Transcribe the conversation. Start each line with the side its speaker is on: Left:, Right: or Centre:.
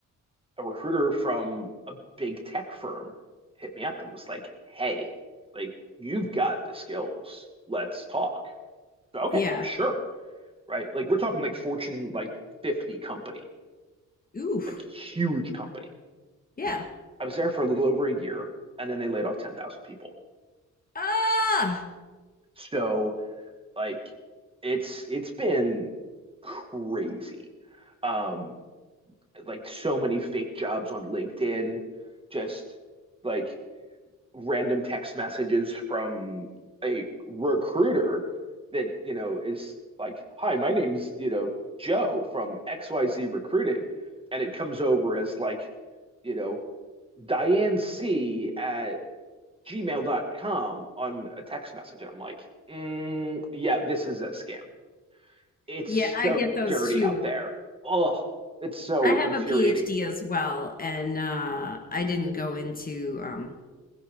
Right: a recruiter from a big tech firm hit me up and was like, hey, like, you've got the skills. Let's talk. Okay,
Left: Yeah.
Right: sure. Right. Like, we're talking like Fortune, like 50 company,
Left: Ooh.
Right: like huge company.
Left: Yeah.
Right: I was there for a little over a year and then they laid off 10,000 people.
Left: Ah.
Right: So, like, it's it's been crazy. Um, like so many fake jobs on LinkedIn, just like random text messages from a recruiter that, you know, is like, hi, my name's, you know, Joe from XYZ Recruiting. And it comes over as like, you know, Diane C at Gmail dot com on a text message. And I'm like, mm, yeah, this is a scam. It's
Left: Yeah, I
Right: so
Left: get those
Right: dirty
Left: too.
Right: out there. Oh, it's so
Left: I have
Right: infuriating.
Left: a PhD as well, and uh, I didn't go into um,